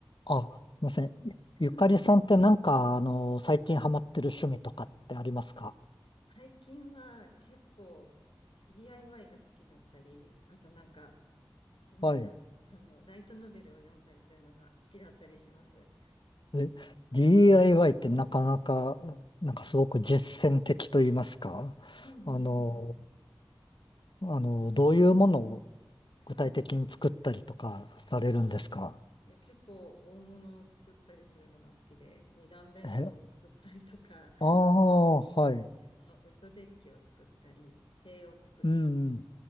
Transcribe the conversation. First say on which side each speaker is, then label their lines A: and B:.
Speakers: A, on the left; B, on the left.
A: あ、すみません。ゆゆかりさんってなんか、
B: うん。
A: あの、最近ハマってる趣味とかってありますか
B: 最近は結構 DIY が好きだったり、あとなんか、なんだろう、
A: はい。
B: あの、ライトノベルを読んだりするのが好きだったりします。
A: え DIY ってなかなか、なんかすごく実践的と言いますか。
B: うんうんうん。
A: あの、あの、どういうものを具体的に作ったりとかされるんですか
B: うん。いや、結構大物を作ったりするのが好きで、二段ベッドを作ったりとか、
A: え、
B: あ
A: ああ、はい。
B: の、ウッドデッキを作ったり、塀を作ったり、
A: うん、うん。